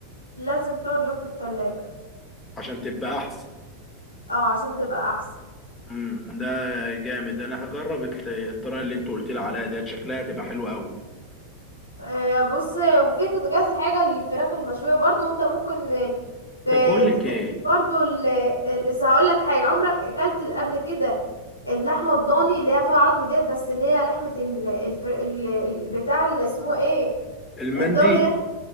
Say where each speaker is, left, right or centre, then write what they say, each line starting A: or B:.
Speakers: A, on the left; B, on the left.
A: لازم تقعد يوم في التلاجة
B: عشان تبقى احسن
A: اه عشان تبقى احسن
B: امم ده جامد انا هجرب الت- الطريقة اللي انت قلت لي عليها ديت شكلها هتبقى حلوة قوي
A: آه، بص وفي كت- كذا حاجة للفراخ المشوية برضو انت ممكن آه، ت-
B: طب بقول لك
A: تتاكل
B: ايه
A: برضو ال- ال- لسه هقول لك حاجة عمرك اكلت قبل كده اللحمة الضاني اللي هي فيها عظم ديت بس اللي هي لحمة ال... الفر... ال... ال- بتاع اللي اسمه ايه
B: المندي
A: الضاني ديت